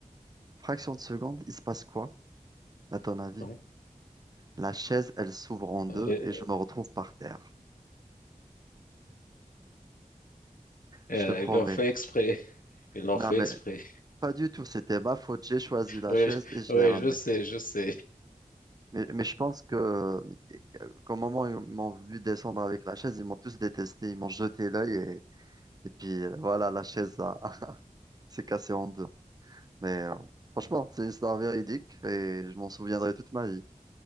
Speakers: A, on the right; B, on the left.
A: fraction de seconde, il se passe quoi, à ton avis?
B: bon.
A: La chaise, elle s'ouvre en deux
B: Euh,
A: et je me retrouve par terre.
B: euh,
A: Je te promets.
B: ils l'ont fait exprès. Ils l'ont
A: Non,
B: fait
A: mais
B: exprès.
A: pas du tout. C'était ma faute. J'ai choisi la
B: Oui,
A: chaise
B: je-
A: et je
B: oui,
A: l'ai ramenée.
B: je sais, je sais.
A: Mais, mais je pense que, qu'au moment où ils m'ont vu descendre avec la chaise, ils m'ont tous détesté. Ils m'ont jeté l'œil et, et puis euh, voilà, la chaise a- <laughs> s'est cassée en deux. Mais euh, franchement, c'est une histoire véridique et je m'en souviendrai toute ma vie.